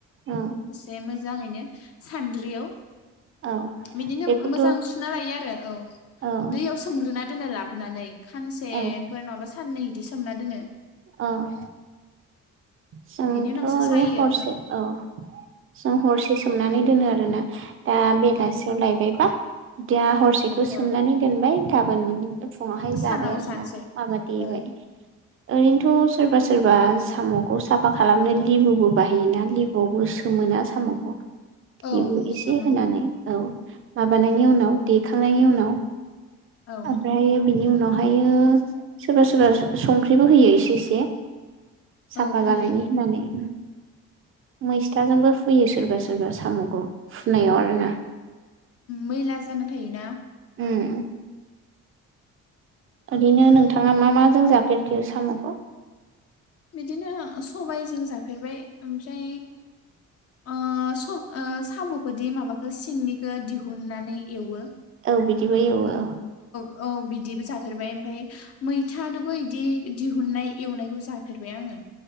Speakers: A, on the right; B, on the left.
A: औ
B: एसे मोजां जांङैनो सान्द्रियाव
A: औ
B: बिदिनो
A: बेखौथ'
B: मोजां सुना लायो आरो औ
A: औ
B: दैयाव सोमग्रोना दोनो लाबोनानैै खानसेफोर
A: ओं
B: नंङाबा साननै बिदि सोमना दोनो।
A: अह जोंथ'
B: बेनि उनावसो सायो
A: बेर हरसे औ जों हरसे स सोमनानै दोनो आरोना दा बेलासियाव
B: औ
A: लायबायबा दा हरसेखौ
B: औ
A: सोमनानै
B: हराव
A: दोनबाय। गाबोन फुङावहाय जाबाय
B: सानाव
A: आरोना
B: सानसे
A: माबादेबाय।
B: औ
A: ओरैनोथ' सोरबा सोरबा साम' साफा खालामनो लिबुबो बाहायोना लिबुआवबो सोमोना साम'खौ।
B: औ
A: लिबु एसे
B: सोमो
A: होनानै औ। माबानायनि उनाव देखांनायनि उनाव
B: औ
A: ओमफ्राय बिनि उनावहाय सोरबा सोरबा संख्रिबो होयो एसे एसे। साफा
B: औ होयो
A: जानायनि होननानै। मैस्थाजोंबो हुयो। सोरबा सोरबा साम'खौ हुनायाव आरोना
B: मैला जाना थायोना
A: उम। बादिनो नोंथाङा मा माजों जाफेरखो साम'खौ?
B: बिदिनो सबायजों जाफेरबाय ओमफ्राय ओ साम'खौदि माबाखो सिंनिखौ दिहुननानै एवो
A: औ बिदिबो औ औ।
B: औ बिदिबो जाफेरबाय। ओमफ्राय मैथा दोबो बिदि दिहुननाय एवनायखौबो जा फेरबाय आङो।